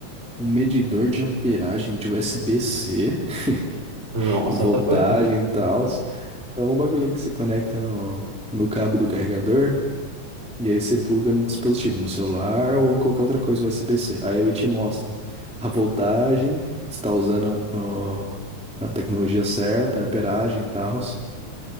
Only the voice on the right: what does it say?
Nossa,
what the fuck?